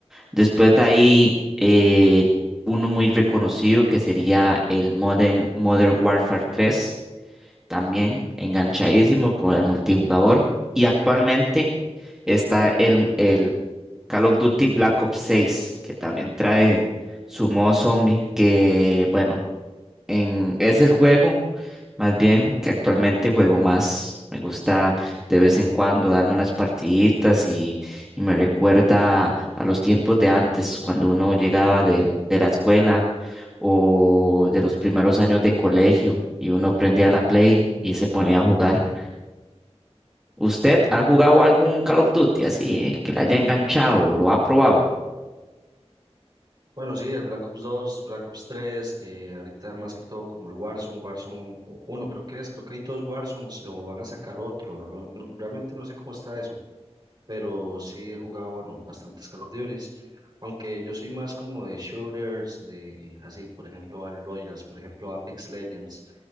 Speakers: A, in the centre; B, on the right.
A: Después de ahí, eh, uno muy reconocido que sería el Modern, Modern Warfare tres también enganchadísimo con el multijugador. Y actualmente está el, el Call of Duty Black Ops seis que también trae su modo zombie, que bueno, en, es el juego, más bien, que actualmente juego más. Me gusta de vez en cuando darme unas partiditas y, y me recuerda a los tiempos de antes, cuando uno llegaba de, de la escuela o de los primeros años de colegio y uno prendía la Play y se ponía a jugar. ¿Usted ha jugado algún Call of Duty así, que le haya enganchado o lo ha probado?
B: Bueno, sí, el Black Ops dos, Black Ops tres, eh, ahorita más que todo como el Warzone, Warzone uno, creo que es, creo que hay dos Warzones o van a sacar otro, no- no- realmente no sé cómo está eso, pero sí he jugado, bueno, bastantes Call of Duties, aunque yo soy más como de shooters, de así, por ejemplo, Battle Royales, por ejemplo, Apex Legends,